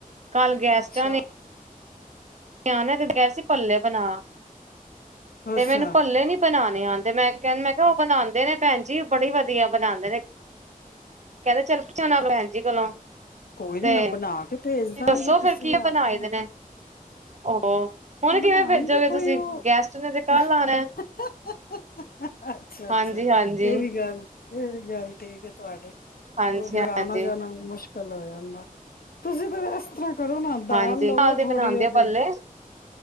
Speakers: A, on the right (about 50°); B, on the left (about 80°).
A: ਕੱਲ ਗੈਸਟਾਂ
B: ਅੱਛਾ
A: ਨੇ ਨਿਆਣੇ ਤੇ ਕਿਹਾ ਸੀ ਪੱਲੇ ਬਣਾ ਤੇ
B: ਅੱਛਾ
A: ਮੈਨੂੰ ਭੱਲੇ ਨੀ ਬਣਾ ਮੈਂਹ ਮੈਂ ਕਿਹਾ ਉਹ ਬਣਾਉਂਦੇ ਨੇ ਭੈਣ ਜੀ ਬੜੀ ਵਧੀਆ ਬਣਾਉਂਦੇ ਨੇ ਕਹਿੰਦੇ ਚੱਲ ਜਾਣਾ ਭੈਣ ਜੀ ਕੋਲੋਂ
B: ਕੋਈ
A: ਤੇ
B: ਨੀ ਮੈਂ ਬਣਾ ਕੇ ਭੇਜ ਦਾਂਗੀ
A: ਦੱਸੋ
B: ਕਿਸੇ
A: ਫੇਰ ਕੀ
B: ਦੇ ਆਪੋ
A: ਬਣਾਏ ਦੇ ਨੇ ਉਹ ਹੁਣ ਕਿਵੇਂ
B: ਬਣਾਉਣ
A: ਭੇਜੋਗੇ
B: ਦੇ
A: ਤੁਸੀਂ
B: ਕੋਈ ਉਹ
A: ਗੈਸਟ ਨੇ ਤੇ ਕੱਲ
B: ਅੱਛਾ
A: ਆਣਾ
B: ਅੱਛਾ
A: ਹਾਂਜੀ ਹਾਂਜੀ।
B: ਇਹ ਵੀ ਗੱਲ ਇਹ ਵੀ ਗੱਲ ਠੀਕ ਹੈ ਤੁਹਾਡੇ
A: ਹਾਂਜੀ
B: ਉਹ ਫੇਿਰ
A: ਹਾਂਜੀ
B: ਆਉਣਾ ਜਾਣਾ ਵੀ ਮੁਸ਼ਕਿਲ ਲ ਹੋ ਜਾਂਦਾ ਤੁਸੀਂ ਫਿਰ ਇਸ ਤਰ੍ਹਾਂ ਕਰੋ ਨਾ ਦਾਲ
A: ਹਾਂਜੀ
B: ਲਵੋ
A: ਨਾਲ ਦੇ
B: ਥੋੜੀ
A: ਬਣਾਂਦੇ
B: ਉਹਦੇ
A: ਆ ਭੱਲੇ।